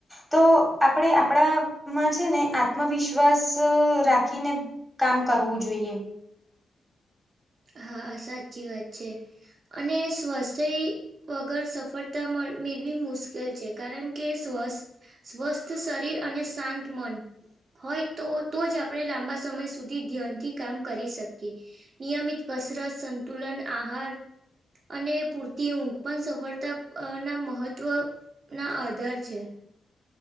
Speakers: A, in the centre; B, on the right (about 60°).
A: તો આપણે આપણામાં છે ને આત્મવિશ્વાસ રાખીને. કામ કરવું જોઈએ.
B: હા સાચી વાત છે અને સ્વસ્થ્ય વગર સફળતા મેળવી મુશ્કેલ છે કારણ કે સ્વસ્થ સ્વસ્થ શરીર અને શાંત મન. હોય તો તો જ આપણે લાંબા સમય સુધી ધ્યાનથી કામ કરી શકીએ નિયમિત કસરત સંતુલન આહાર અને પૂરતી ઊંઘ પણ સફળતા ના મહત્વ ના આધાર છે.